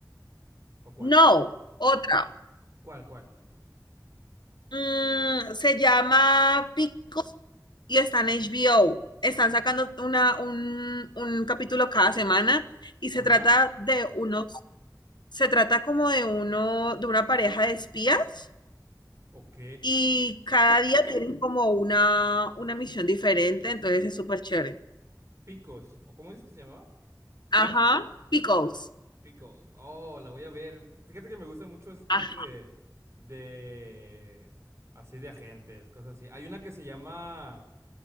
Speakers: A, on the right; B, on the left.
A: ¿O cuál?
B: No, otra.
A: ¿Cuál, cuál?
B: Mm, se llama Picos y está en HBO. Están sacando una, un, un capítulo cada semana y
A: Ajá,
B: se trata de unos, se trata como de uno, de una pareja de espías
A: ok.
B: y cada día tienen como una, una misión diferente, entonces es súper chévere.
A: Picos, ¿o cómo es que se llamaba?
B: Ajá, Pickles.
A: Pickled. Oh, la voy a ver. Fíjate que me gustan mucho esas cosas
B: Ah,
A: de, de, así de agentes, cosas así. Hay una que se llama,